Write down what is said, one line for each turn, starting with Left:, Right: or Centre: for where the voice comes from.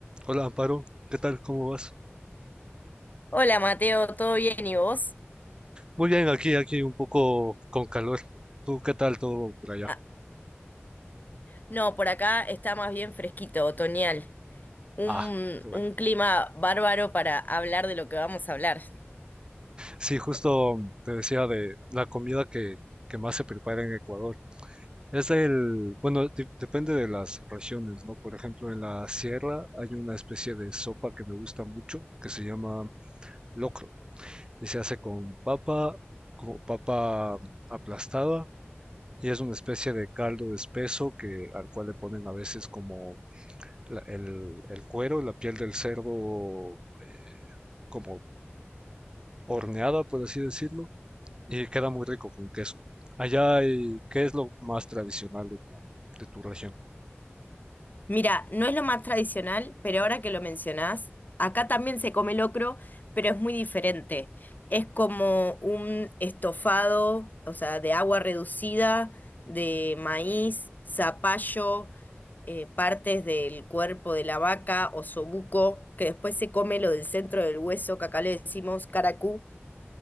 Right: Hola Amparo, ¿qué tal? ¿Cómo vas?
Left: Hola Mateo, ¿todo bien y vos?
Right: Muy bien, aquí, aquí un poco con calor. ¿Tú qué tal todo por allá?
Left: Ah, no, por acá está más bien fresquito, otoñal. Un,
Right: Ah, qué bueno.
Left: un clima bárbaro para hablar de lo que vamos a hablar.
Right: Sí, justo te decía de la comida que, que más se prepara en Ecuador. Es el, bueno, de- depende de las regiones, ¿no? Por ejemplo, en la sierra hay una especie de sopa que me gusta mucho que se llama locro y se hace con papa, como papa mm, aplastada y es una especie de caldo espeso que al cual le ponen a veces como la- el, el cuero, la piel del cerdo eh, como horneada, por así decirlo, y queda muy rico con queso. Allá, hay- ¿qué es lo más tradicional de tu, de tu región?
Left: Mira, no es lo más tradicional, pero ahora que lo mencionás, acá también se come locro, pero es muy diferente. Es como un estofado, o sea, de agua reducida, de maíz, zapallo, eh, partes del cuerpo de la vaca, osobuco, que después se come lo del centro del hueso, que acá le decimos caracú,